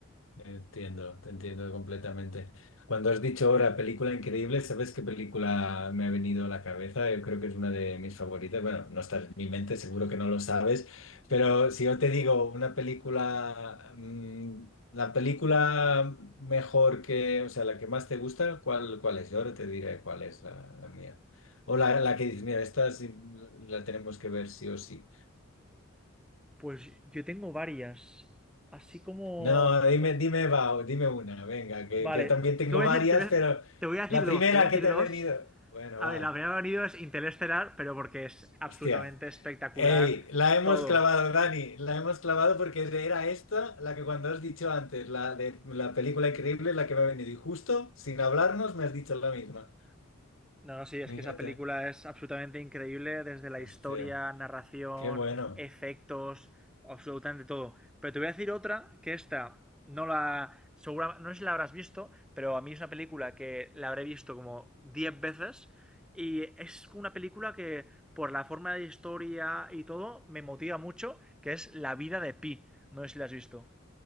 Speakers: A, on the left; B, in the centre.
A: entiendo, te entiendo completamente. Cuando has dicho ahora película increíble, ¿sabes qué película me ha venido a la cabeza? Yo creo que es una de mis favoritas. Bueno, no está en mi mente, seguro que no lo sabes, pero si yo te digo una película, mm, la película mejor que, o sea, la que más te gusta, ¿cuál, cuál es? Yo ahora te diré cuál es la, la mía. O la, la que dices, mira, esta sí la tenemos que ver sí o sí.
B: Pues yo tengo varias, así como...
A: No, dime,
B: os-
A: dime, va, dime una, venga, que,
B: Vale,
A: que yo también tengo
B: te voy,
A: varias,
B: a decir, te voy a-
A: pero
B: te voy a decir
A: la
B: dos,
A: primera
B: te voy a decir
A: que te
B: dos
A: ha venido. Bueno,
B: A
A: va,
B: ver, la primera que ha venido es Interestelar, pero porque es absolutamente
A: hostia.
B: espectacular
A: Ey, la hemos
B: todo.
A: clavado, Dani, la hemos clavado porque era esta, la que cuando has dicho antes, la de la película increíble, la que me ha venido. Y justo, sin hablarnos, me has dicho la misma.
B: No, no, sí, es
A: Fíjate,
B: que esa película es absolutamente increíble desde la
A: hostia,
B: historia, narración,
A: qué bueno.
B: efectos, absolutamente todo. Pero te voy a decir otra que esta no la. Segura, no sé si la habrás visto, pero a mí es una película que la habré visto como 10 veces. Y es una película que, por la forma de historia y todo, me motiva mucho, que es La vida de Pi. No sé si la has visto.